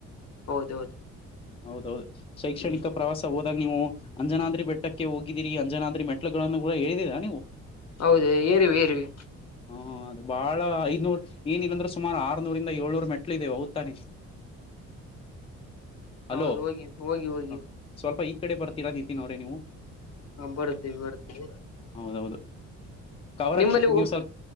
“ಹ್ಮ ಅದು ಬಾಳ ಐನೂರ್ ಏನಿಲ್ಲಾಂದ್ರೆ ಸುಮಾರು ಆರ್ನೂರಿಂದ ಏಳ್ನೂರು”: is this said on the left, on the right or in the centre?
Left